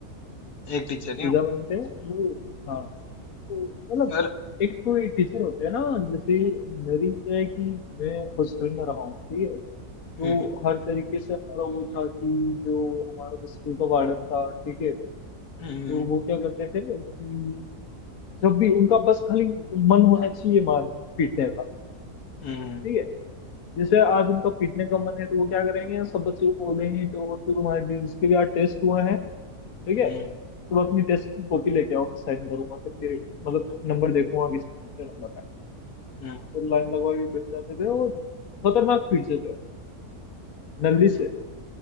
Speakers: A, on the left; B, on the left.
A: एक टीचर
B: पूजा
A: ही हूँ
B: बनते हैं वो हाँ तो मतलब
A: और
B: एक कोई टीचर होते हैं ना जैसे मेरी क्या है कि मैं हॉस्टल में रहा हूँ ठीक है तो
A: हम्म
B: हर तरीके से हमारा वो था कि जो हमारा स्कूल का वार्डन था ठीक है
A: हम्म
B: तो वो क्या करते थे कि जब भी उनका बस खाली मन होना चाहिए मार पीटने का
A: हम्म हम्म
B: ठीक है जैसे आज उनका पीटने का मन है तो वो क्या करेंगे सब बच्चों को बोलेंगे तो बच्चों तुम्हारे जिसके भी आज टेस्ट हुआ है ठीक है
A: हम्म
B: तुम तो अपनी टेस्ट की कॉपी लेके आओ मैं साइन करूंगा सबके मतलब
A: हम्म,
B: नंबर देखूंगा किस क्या नंबर है
A: हम्म,
B: और लाइन लगवा के बैठ जाते थे और खतरनाक स्पीड से थे नल्ली से